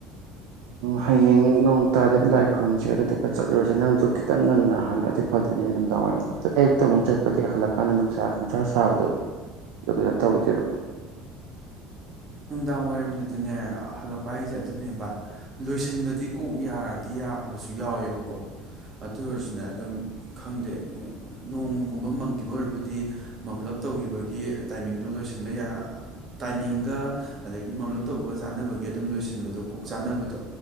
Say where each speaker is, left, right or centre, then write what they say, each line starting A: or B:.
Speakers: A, on the right (about 80°); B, on the right (about 25°).
A: ꯍꯌꯦꯡ ꯅꯣꯡ ꯇꯥꯗꯕ ꯂꯥꯏ ꯈꯨꯔꯨꯝꯁꯦ ꯑꯗꯨꯗꯨꯒ ꯆꯠꯂꯨꯔꯁꯦ ꯅꯪꯗꯨ ꯈꯤꯇꯪ ꯉꯟꯅ ꯍꯜꯂꯛ ꯑꯗꯤ ꯐꯗꯣꯏꯅꯤꯅꯦ ꯅꯨꯡꯗꯥꯡ ꯋꯥꯏꯔꯝ ꯗꯣ ꯑꯌꯨꯛꯇ ꯑꯃꯨꯛ ꯆꯠꯄꯗꯤ ꯍꯜꯂꯛ ꯑ ꯀꯥꯟꯗ ꯅꯨꯡꯁꯥ ꯈꯪꯁꯥ ꯁꯥꯕꯗꯣ ꯑꯗꯨ ꯀꯩꯅꯣ ꯇꯧꯗꯦꯕ
B: ꯅꯨꯡꯗꯥꯡ ꯋꯥꯏꯔꯝꯗꯨꯗꯤꯅꯦ ꯍꯜꯂꯛꯄ ꯍꯥꯏꯁꯦ ꯑꯗꯨꯅꯦꯕ ꯂꯣꯏꯁꯤꯟꯕꯗꯤ ꯀꯣꯛ ꯌꯥꯔꯗꯤ ꯌꯥꯕꯁꯨ ꯌꯥꯎꯋꯦꯕꯀꯣ ꯑꯗꯨ ꯑꯣꯏꯔꯁꯨꯅꯦ ꯑꯗꯨꯝ ꯈꯪꯗꯦ ꯅꯣꯡꯒꯨꯝꯕ ꯃꯪꯈꯤꯕ ꯑꯣꯏꯔꯕꯗꯤ ꯃꯝꯂꯞ ꯇꯧꯈꯤꯕꯒꯤ ꯇꯥꯏꯃꯤꯡꯗꯣ ꯂꯣꯏꯁꯤꯟꯕ ꯌꯥ ꯇꯥꯏꯃꯤꯡꯒ ꯑꯗꯒꯤ ꯃꯝꯂꯞ ꯇꯧꯕꯒ ꯆꯥꯅꯕꯒꯤ ꯑꯗꯨꯝ ꯂꯣꯏꯁꯤꯟꯕꯗꯣ ꯀꯣꯛ ꯆꯥꯅꯕꯗꯣ